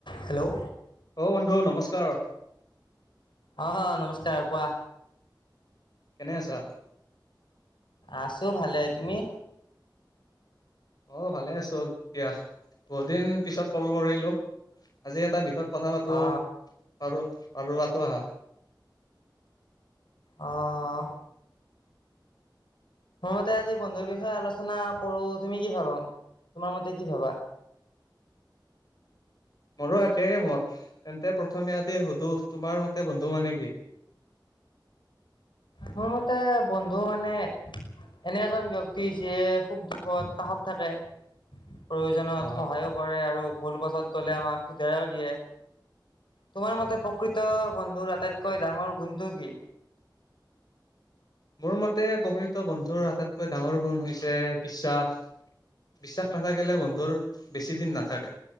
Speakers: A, on the left; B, on the left.
A: হেল্ল'।
B: অ', বন্ধু নমস্কাৰ।
A: অহ, নমস্কাৰ কোৱা।
B: কেনে আছা?
A: আছো ভালে তুমি?
B: অ', ভালে আছো দিয়া বহুত দিন পিছত কল কৰিলো আজি এটা বিষত কথা পাতো
A: অ
B: পাৰ পাৰ পাতো আহা।
A: অহ। মোৰ মতে আজি বন্ধুৰ বিষয়ে আলোচনা কৰো। তুমি কি ভাব? তোমাৰ মতে কি ভাবা?
B: মোৰো একে মত, তেন্তে প্ৰথমে আজি সুধো তোমাৰ মতে বন্ধু মানে কি?
A: মোৰ মতে বন্ধু মানে এনে এজন ব্যক্তি, যিয়ে খুব দুখত কাষত থাকে। প্ৰয়োজনত
B: অ
A: সহায়ো কৰে, আৰু ভুল পথত গ'লে আমাক শুধৰায়ো দিয়ে। তোমাৰ
B: অ
A: মতে প্ৰকৃত বন্ধুৰ আটাইতকৈ ডাঙৰ গুণটো কি?
B: মোৰ মতে প্ৰকৃত বন্ধুৰ আটাইতকৈ ডাঙৰ গুণ হৈছে, বিশ্বাস। বিশ্বাস নাথাকিলে বন্ধুৰ বেছি দিন নাথাকে।